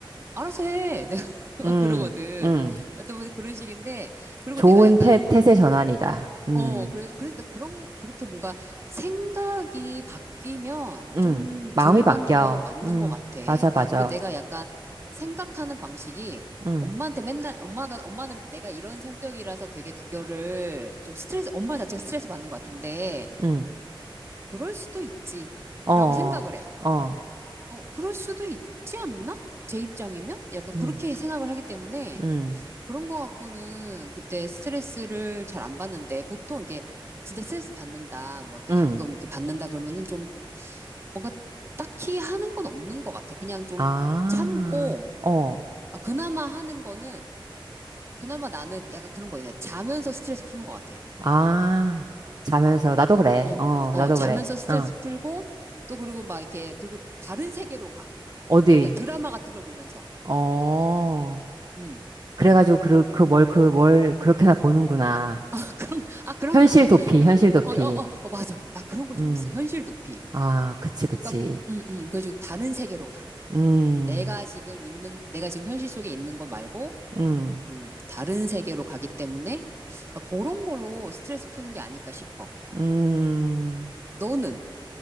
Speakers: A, on the right (about 30°); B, on the right (about 45°).
A: 알아서 해. 내가 <laughs>
B: 음,
A: 그러거든.
B: 음.
A: 또 그런 식인데, 그리고
B: 좋은
A: 내가 약간
B: 태, 태세 전환이다. 음,
A: 어, 그래서, 그래서 그런, 그렇게 뭔가 생각이 바뀌면
B: 음.
A: 좀
B: 마음이
A: 덜
B: 바뀌어.
A: 받는 거는 맞는
B: 음,
A: 것 같아.
B: 맞아, 맞아.
A: 그 내가 약간 생각하는 방식이
B: 음,
A: 엄마한테 맨날, 엄마가, 엄마는 내가 이런 성격이라서 되게 그거를 좀 스트레스, 엄마 자체가 스트레스 받는 것 같은데,
B: 음.
A: 그럴 수도 있지.
B: 어,
A: 라고
B: 어,
A: 생각을 해.
B: 어.
A: 어, 그럴 수도 있지 않나? 제 입장이면? 약간
B: 음,
A: 그렇게 생각을 하기 때문에,
B: 음,
A: 그런 거 갖고는 그때 스트레스를 잘 안 받는데 보통 이게 진짜 스트레스 받는다 뭐 이렇게
B: 음.
A: 가끔 이렇게 받는다 그러면은 좀 뭔가 딱히 하는 건 없는 것 같아. 그냥 좀
B: 아,
A: 참고
B: 어,
A: 아, 그나마 하는 거는 그나마 나는 약간 그런 거 있네. 자면서 스트레스 푸는 것 같아.
B: 아. 자면서, 나도
A: 어,
B: 그래.
A: 어,
B: 어,
A: 어,
B: 나도
A: 자면서
B: 그래.
A: 스트레스
B: 어,
A: 풀고 또 그리고 막 이렇게 그리고 다른 세계로 가.
B: 어디?
A: 그러니까 드라마 같은 걸 보면서.
B: 어.
A: 음.
B: 그래가지고, 그, 그 뭘, 그 뭘 그렇게나 보는구나.
A: <laughs> 아, 그런, 아, 그런가
B: 현실
A: 봐.
B: 도피,
A: 그러니까
B: 현실 도피.
A: 어, 어, 어, 어, 맞아. 맞아. 나 그런 거 좀
B: 음.
A: 있어. 현실 도피.
B: 아, 그치, 그치.
A: 그러니까, 음, 음, 그래서 다른 세계로 가.
B: 음,
A: 내가 지금 있는, 내가 지금 현실 속에 있는 거 말고,
B: 음.
A: 음, 다른 세계로 가기 때문에, 그러니까 그런 걸로 스트레스 푸는 게 아닐까 싶어.
B: 음,
A: 너는,